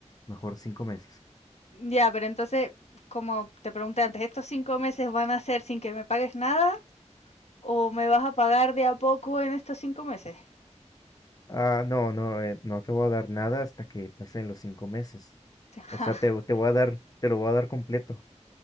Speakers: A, on the left (about 30°); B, on the left (about 60°).
A: mejor cinco meses.
B: ya, pero entonces como te pregunté antes, ¿estos cinco meses van a ser sin que me pagues nada? ¿O me vas a pagar de a poco en estos cinco meses?
A: Ah, no, no, eh, no te voy a dar nada hasta que pasen los cinco meses,
B: <laughs>
A: o sea, te, te voy a dar, te lo voy a dar completo.